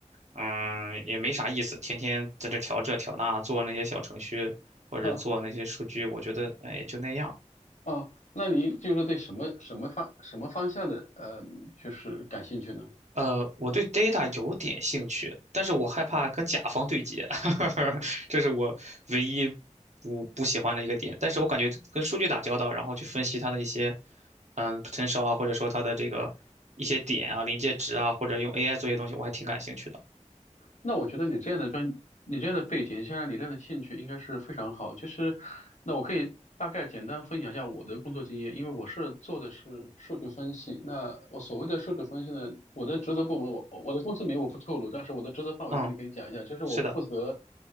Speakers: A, on the right; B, on the left.
A: 嗯，也没啥意思，天天在这调这调那，做那些小程序或者做那些数据，
B: 哈，
A: 我觉得，哎，就那样。
B: 哦，那您就是对什么什么方什么方向的呃，就是感兴趣呢？
A: 呃，我对 data 有点兴趣，但是我害怕跟甲方对接，<laughs> 这是我唯一不不喜欢的一个点。但是我感觉跟数据打交道，然后去分析它的一些嗯 potential 啊，或者说它的这个一些点啊、临界值啊，或者用 AI 做一些东西，我还挺感兴趣的。
B: 那我觉得你这样的专，你这样的背景，加上你这样的兴趣，应该是非常好。就是，那我可以大概简单分享一下我的工作经验，因为我是做的是数据分析。那我所谓的数据分析呢，我的职责部门，我我的公司名我不透露，但是我的职责范围跟你可以讲一下，
A: 嗯，
B: 就是我负责
A: 是的。